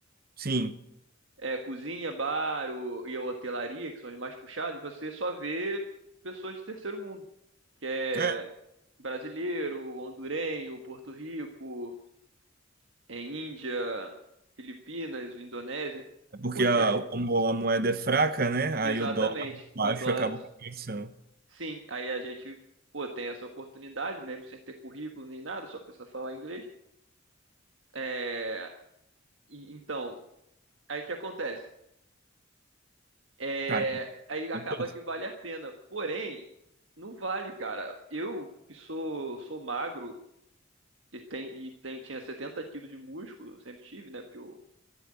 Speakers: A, on the right; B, on the right.
A: Sim.
B: É, cozinha, bar o, e a hotelaria, que são os mais puxados, você só vê pessoas de terceiro mundo. Que é
A: É,
B: brasileiro, hondurenho, Porto Rico, é, Índia, Filipinas, Indonésia.
A: Porque
B: Porque,
A: a, como a moeda é fraca, né? Aí
B: exatamente,
A: o dólar baixo
B: o dólar,
A: acaba compensando.
B: sim, aí a gente, pô, tem essa oportunidade, mesmo sem ter currículo nem nada, só precisa falar inglês. É, e- então, aí o que acontece? É,
A: Cara,
B: aí acaba
A: uma coisa.
B: que vale a pena. Porém, não vale, cara. Eu que sou, sou magro e, tem, e tem, tinha 70 quilos de músculo, sempre tive, né? Porque eu